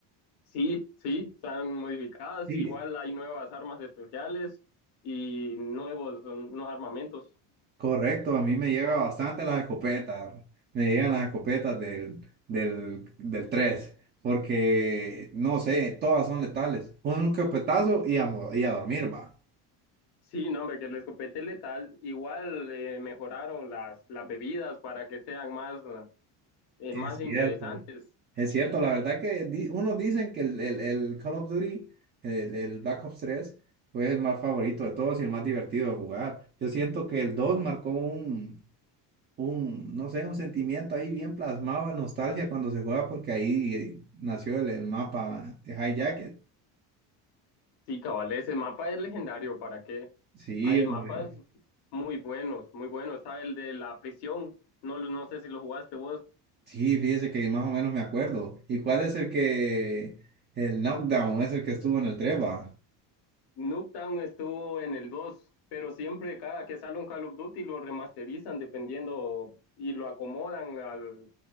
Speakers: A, on the left; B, on the right.
A: Sí, sí, están modificadas,
B: Sí,
A: igual hay nuevas armas especiales y nuevos no, armamentos.
B: Correcto, a mí me llega bastante las escopetas, me llegan las escopetas del, del, del 3, porque no sé, todas son letales. Un escopetazo y a, mo- y a dormir, va.
A: Sí, no, hombre, que el escopete letal, igual eh, mejoraron las, las bebidas para que sean más, eh,
B: Es
A: más interesantes.
B: cierto. Es cierto, la verdad que di- unos dicen que el, el- el Call of Duty, el, el Black Ops tres fue el más favorito de todos y el más divertido de jugar. Yo siento que el 2 marcó un, un, no sé, un sentimiento ahí bien plasmado de nostalgia cuando se juega, porque ahí eh, nació el, el mapa de High Jacket.
A: Sí, cabal, ese mapa es legendario, ¿para qué?
B: Sí,
A: Hay
B: hombre.
A: mapas muy buenos, muy buenos. Está el de la prisión, no, lo- no sé si lo jugaste vos.
B: Sí, fíjese que más o menos me acuerdo. ¿Y cuál es el que, el knockdown es el que estuvo en el Treba?
A: Nuketown estuvo en el 2, pero siempre cada que sale un Call of Duty lo remasterizan dependiendo y lo acomodan al,